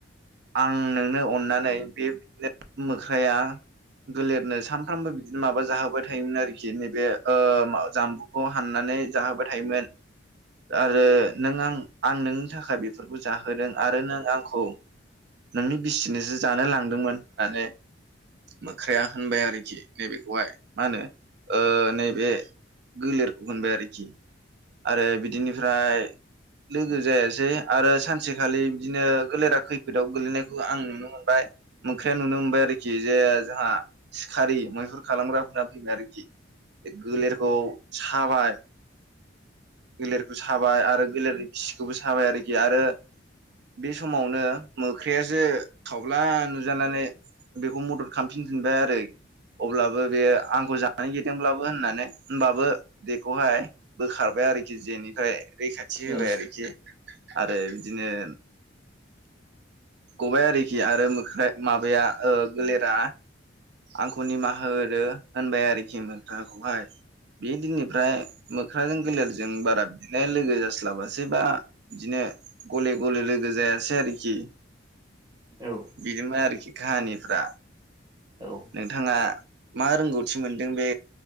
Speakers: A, on the right (about 60°); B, on the right (about 20°).
A: आं नोंनो अननानै बेनो मोख्राया दोलेरनो सानफ्रामबो बिदिनो माबा जाहोबाय थायोमोन आरोखि नैबे ओ जामबु खौ हाननानै जाहोबाय थायोमोन आरो नों आं आं नोंनि थाखाय बे बे फोरखौ जाहोदों आरो नों आंखौ। नोंनि बिसिनोसो जानो लांदोंमोन होननानै मोख्राया होनबाय आरोखि नैबेखौहाय मा होनो नैबे गोलेरखौ होनबाय आरोखि आरो बिदिनिफ्राय लोगो जायासै आरो सानसेखालि बिदिनो गोलेरा खैफोदाव गोलैनायखौ आं नुनो मोनबाय मोख्राया नुनो मोनबाय आरोखि जे जोंहा सिखारि मैहुर खालामग्राफोरा फैबाय आरोखि बे गोलेरखौ साबाय गोलेरखौ साबाय आरो गोलेरनि खिखौबो साबाय आरोखि आरो बे समावनो मोख्रासो खावब्ला नुजानानै बेखौ मदद खालामफिनबाय आरो अब्लाबो बेयो आंखौ जानोगिदोंब्लाबो होननानै होनबाबो बेखौहाय बोखारबाय आरोखि जेनिफ्राय रैखाथि
B: उम
A: होबाय आरोखि आरो बिदिनो गबायाइ आरोखि आरो मोख्राया माबाया गोलेरा आंखौ निमाहा होदो होनबाय आरोखि मोखाखौहाय बे दिननिफ्राय मोख्राजों गोलेरजों बारा बिदिनो लोगो जास्लाबासै बा बिदिनो गले गले लोगो जायासै आरोखि
B: औ।
A: बिदिमोन आरोखि काहानिफ्रा
B: औ
A: नोंथाङा मा रोंगौथि मोनदों बे